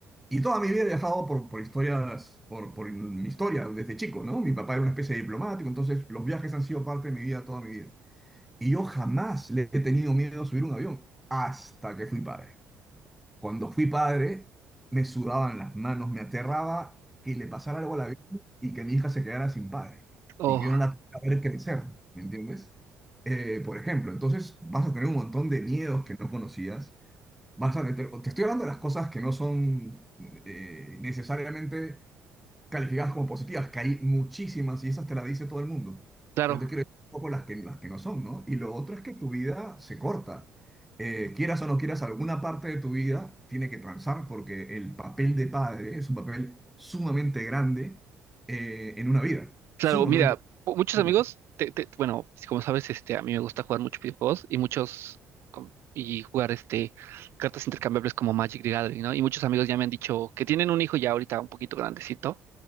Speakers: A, in the centre; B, on the right.
A: Y toda mi vida he viajado por, por historias, por, por mi historia desde chico, ¿no? Mi papá era una especie de diplomático, entonces los viajes han sido parte de mi vida toda mi vida. Y yo jamás le he tenido miedo a subir un avión hasta que fui padre. Cuando fui padre, me sudaban las manos, me aterraba que le pasara algo a la vida y que mi hija se quedara sin padre
B: oh,
A: y que yo no la pudiera ver crecer, ¿me entiendes? Eh, por ejemplo, entonces vas a tener un montón de miedos que no conocías, vas a tener- te estoy hablando de las cosas que no son eh, necesariamente calificadas como positivas, que hay muchísimas y esas te las dice todo el mundo.
B: claro.
A: Yo te quiero decir un poco las que, las que no son, ¿no? Y lo otro es que tu vida se corta. Eh, quieras o no quieras, alguna parte de tu vida tiene que transar porque el papel de padre es un papel sumamente grande eh, en una vida,
B: Claro,
A: sumamente
B: mira, pu- muchos
A: importante.
B: amigos, te- te- bueno, como sabes, este, a mí me gusta jugar muchos videojuegos y muchos com- y jugar este cartas intercambiables como Magic the Gathering, ¿no? Y muchos amigos ya me han dicho que tienen un hijo ya ahorita un poquito grandecito,